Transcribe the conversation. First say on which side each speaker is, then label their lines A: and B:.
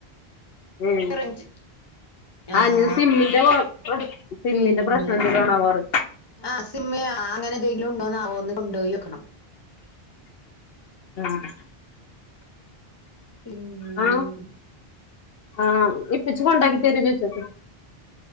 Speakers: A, on the left; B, on the left.
A: ഉം
B: റേഞ്ച്
A: ആ
B: ആഹ്
A: ഇഞ്ഞ് സിമ്മിന്റെ കൊഴപ്പം സിമ്മിന്റെ
B: പിന്നെ
A: പ്രശ്നം എന്തേലാണവോറ്യ
B: ആ സിമ്മ് അങ്ങനെ എന്തെങ്കിലു ഉണ്ടോന്നാവോ ഒന്ന് കൊണ്ടോയോക്കണം.
A: ആഹ്
B: പിന്നെ
A: ആ ആ ഇപ്പച്ചി കൊണ്ടാക്കി തരോ ചോയ്ച്ചോക്ക്.